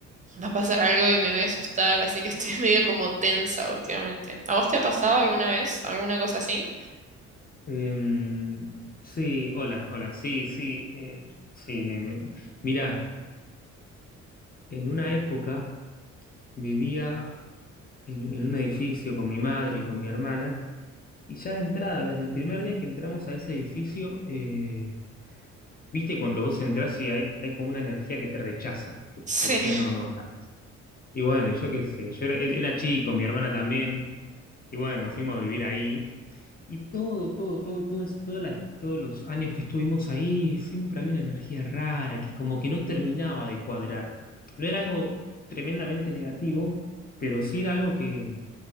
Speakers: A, on the right; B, on the left.
A: va a pasar algo y me voy a asustar, así que estoy <laughs> medio como tensa últimamente. ¿A vos te ha pasado alguna vez alguna cosa así?
B: Em, sí, hola, hola, sí, sí, eh, sí, me, me- mirá, en una época vivía en, en un edificio con mi madre y con mi hermana, y ya de entrada, desde el primer día que entramos a ese edificio, eh, viste, cuando vos entrás y hay, hay como una energía que te rechaza, que
A: Sí,
B: te decía, no, no, andá. Y bueno, y yo qué sé, yo era, era chico, mi hermana también, y bueno, fuimos a vivir ahí. Y todo, todo, todo, todo, es- todas las, todos los años que estuvimos ahí, siempre había una energía rara que como que no terminaba de cuadrar. No era algo tremendamente negativo, pero sí era algo que,